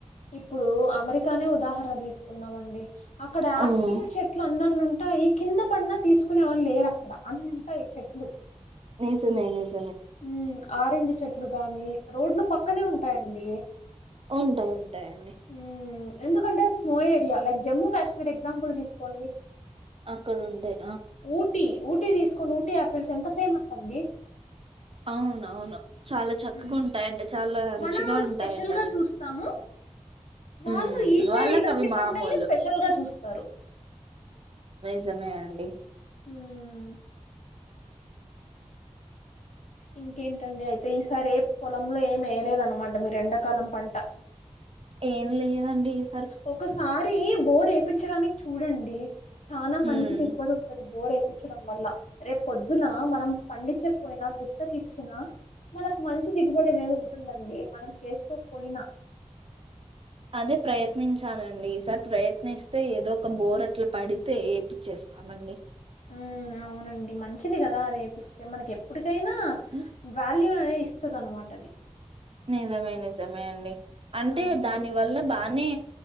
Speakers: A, on the left; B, on the right.
A: ఇప్పుడు అమెరికానే ఉదాహరణ తీసుకుందాం అండి అక్కడ
B: హ్మ్.
A: ఆపిల్ చెట్లు అన్నన్ని ఉన్ ఉంటాయి కింద పడినా తీసుకునే వాళ్లు లేరు అక్కడ అన్ని ఉంటాయి చెట్లు
B: నిజమే నిజ్
A: హమ్ ఆరెంజ్ ఇ చెట్లు గాని రోడ్లు పక్కనే ఉంటాయండి
B: ఉంటాయి ఉంటాయండి
A: ఉమ్, ఎందుకంటే snow area like Jammu Kashmir example తీసుకోండి
B: అక్కడ ఉంటయి
A: ఊటీ ఊటీ తీసుకోండి ఊటీ ఆపిల్స్ ఎంత ఫేమస్ అండి
B: అవునవును చాలా చక్కగా
A: ఉమ్,
B: ఉంటాయంటే చాలా రుచిగా
A: మనం అవి
B: ఉంటాయంట
A: స్పెషల్
B: అవి
A: గా చూస్తాము
B: హమ్
A: వాళ్ళు ఈ సైడ్
B: వాళ్ళకి
A: ఇలాంటి
B: అవి మామూలు
A: పంటల్ని స్పెషల్ గా చూస్తారు
B: నిజమే అండి
A: ఉమ్, ఇంకేంటండి అయితే ఈసారి ఏ పొలంలో ఏమి వేయలేదనమాట మీరు ఎండాకాలం పంట
B: ఏం లేదండి ఈస్
A: ఒకసారి బోర్ చేపిచ్చాడానికి చూడండి చానా మంచి
B: హ్మ్.
A: దిగుబడి ఉంటది బోరే ించడం వల్ల రేపు పొద్దున మనం పండించకపోయినా గుత్తకిచ్చిన మనకు మంచి దిగుబడి అనేది ఉంటుందండి మనం చేసుకోకపోయినా
B: అదే ప్రయత్నించాలండి ఈసారి ప్రయత్నిస్తే ఏదో ఒక బోర్ అట్లా పడితే ఏపిచ్చేస్తామండి
A: ఉమ్ అవునండి మంచిది కదా అది ఏపిస్తే మనకి ఎప్పుడు డేనా
B: హ్మ్.
A: వాల్యూ వే ఇస్తదన్నమాట అది
B: నిజమే నిజమే అండి అంటే
A: అవునండి.
B: దాని వల్ల బానే